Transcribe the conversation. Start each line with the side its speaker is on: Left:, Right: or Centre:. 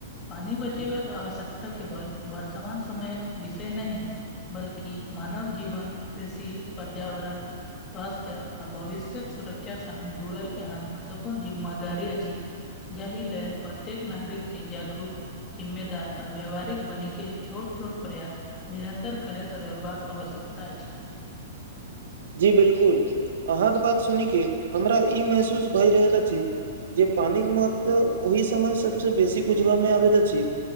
Left: पानी बचेबाक आवश्यकता केवल बर्तमान समयक विषय नहि बल्कि मानव जीवन कृषि पर्यावरण स्वास्थ्य आ भविष्यक सुरक्षा संग जुड़ल एहन महत्वपूर्ण जिम्मेदारी अछि जाहि लेल प्रत्येक नागरिक के जागरूक जिम््ममेदार आ व्यावहारिक बनी के छोट छोट प्रयास निरन्तर करैत रहबाक आवश्यकता अछि
Right: जी बिलकुल अहाँके बात सुनि के हमरा ई महसूस भए रहल अछि जे पानिक के महत्व ओहि समय सबस बेसी बुझबा मे आबैत अछि